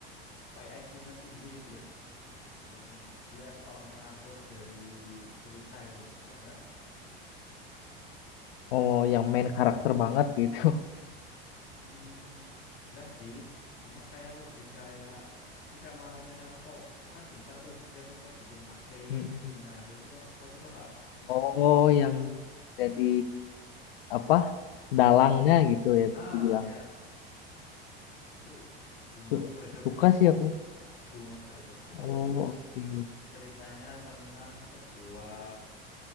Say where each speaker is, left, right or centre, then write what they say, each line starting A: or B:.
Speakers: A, on the left; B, on the left.
A: apa ya IQ-nya tinggi gitu loh, yang dia seorang pengatur dari cerita gitu loh. Suka nggak?
B: Oh, yang main karakter banget gitu.
A: Hmm, enggak sih, cuma kayak yang lebih kayak Shikamaru-nya Naruto. Dia kan pintar tuh, dia pintar bikin taktik,
B: <laughs> Mm-mm.
A: bikin nah, dia suka suka suka nggak?
B: Oh, yang jadi apa dalangnya gitu ya
A: Ah
B: bisa dibilang.
A: ya, itu Bungo
B: Su-
A: Stray Dogs
B: suka
A: ada
B: sih
A: tuh.
B: aku.
A: Bungo Stray Dogs
B: Oh,
A: itu
B: oke.
A: ceritanya tentang sebuah